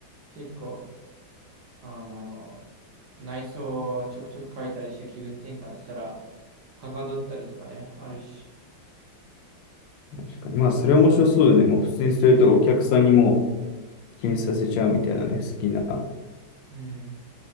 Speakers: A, on the right; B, on the left.
A: 結構、あの、内装をちょくちょく変えたりして気分転換したら、はかどったりとかね、あるし。
B: 確かに。まあ、それは面白そうだよね。もう、普通にそれとお客さんにもう決めさせちゃうみたいなね。好きな
A: うん。